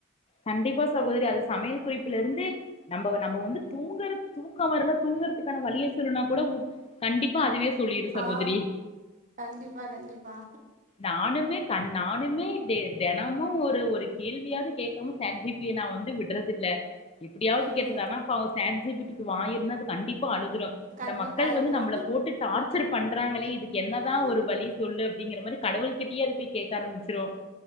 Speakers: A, on the left; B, on the right.
A: கண்டிப்பா சகோதரி அது சமையல் குறிப்புல இருந்து நம்ம நம்ம வந்து தூங்குற தூக்க வரல்லா தூங்குறதுக்கான வழிய சொல்லுனா கூட கண்டிப்பா அதுவே சொல்லிரு சகோதரி
B: ஆ கண்டிப்பா கண்டிப்பா
A: நானுமே கண் நானுமே டே தெனமும் ஒரு ஒரு கேள்வியாவது கேட்காம சேட் ஜி பி டி ய நா வந்து விட்றதில்ல எப்டியாவது
B: ம்
A: கேட்டுட்றே ஆனா பாவே சேட் ஜி பி டி க்கு வாய்யிருந்த அது கண்டிப் அழுதுரும்
B: கண்டிப்பா
A: இந்த மக்கள்
B: எழுதுறோ
A: வந்து நம்மள போட்டு டார்ச்சர் இருகங்களே இதுக்கு என்னதா
B: ஆ
A: ஒரு வழி சொல்லு அப்டிங்கற மாரி கடவுள் கிட்டயே அது போய் கேட்க ஆரம்பிச்சுரோ